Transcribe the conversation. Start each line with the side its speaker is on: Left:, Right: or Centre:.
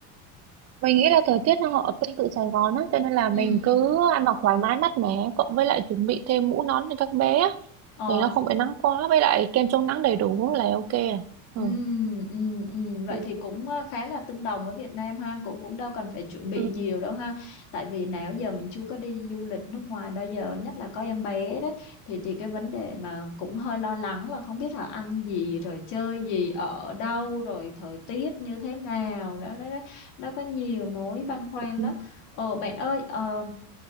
Right: Mình nghĩ là thời tiết nó họ tương tự Sài Gòn á, cho nên là mình
Left: Ừ.
Right: cứ ăn mặc thoải mái mát mẻ, cộng với lại chuẩn bị thêm mũ nón cho các bé á,
Left: Ờ.
Right: để nó không bị nắng quá, với lại kem chống nắng đầy đủ là ok. à. Ừ.
Left: Ừ, ừ, ừ. Vậy
Right: Ừ.
Left: thì cũng ờ, khá là tương đồng với Việt Nam ha, cũng cũng đâu cần phải chuẩn bị
Right: Ừ.
Left: nhiều đâu ha. Tại vì nào giờ mình chưa có đi du lịch nước ngoài bao giờ, nhất là có em bé đấy thì thì cái vấn đề mà cũng hơi lo lắng là không biết là ăn gì rồi chơi gì ở đâu rồi thời tiết như thế nào đó đó đó. Nó có nhiều mối băn khoăn
Right: Ừ.
Left: lắm. Ờ bạn ơi, ờ,